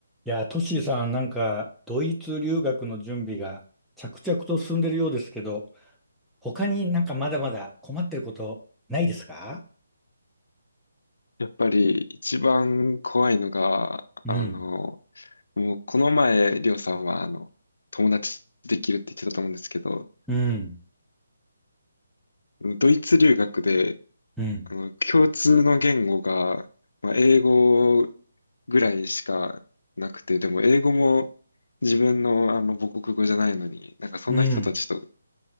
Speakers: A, in the centre; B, on the left.
A: いや、トッシーさん、なんか、ドイツ留学の準備が着々と進んでるようですけど、他になんかまだまだ困ってることないですか
B: やっぱり一番怖いのが、
A: うん、
B: あの、もうこの前、りょうさんは、あの、友達できるって言ってたと思うんですけど、
A: うん、
B: ドイツ留学で、
A: うん、
B: あの、共通の言語が、まあ、英語ぐらいしかなくて、でも英語も自分の、あの母国語じゃないのに、なんかそんな人たちと、
A: うん。